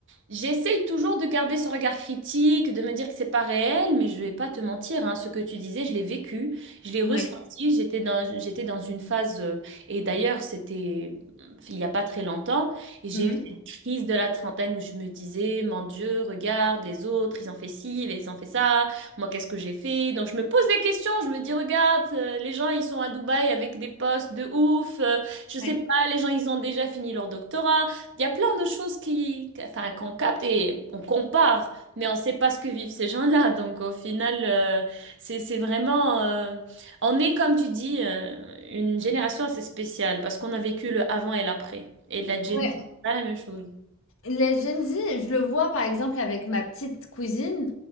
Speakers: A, on the right; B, on the left.
A: j'essaye toujours de garder ce regard critique, de me dire que c'est pas réel, mais je vais pas te mentir, hein, ce que tu disais, je l'ai vécu, je l'ai ressenti,
B: Ouais.
A: j'étais dans, j'étais dans une phase, euh, et d'ailleurs, c'était euh, il y a pas très longtemps, et j'ai
B: Mhm.
A: eu cette crise de la trentaine où je me disais, mon Dieu, regarde les autres, ils ont fait ci, ils ont fait ça. Moi, qu'est-ce que j'ai fait? Donc, je me pose des questions. Je me dis, regarde, euh, les gens, ils sont à Dubaï avec des postes de ouf. euh, je sais
B: Ouais.
A: pas, les gens, ils ont déjà fini leur doctorat. Il y a plein de choses qui, qu'- enfin, qu'on capte et on compare, mais on sait pas ce que vivent ces gens-là. Donc, au final, euh, c'est, c'est vraiment, euh, on est, comme tu dis, euh, une génération assez spéciale parce qu'on a vécu le avant et l'après. Et la Gen
B: Ouais.
A: Z, c'est pas la même chose.
B: Les Gen Z, je le vois par exemple avec ma petite cousine.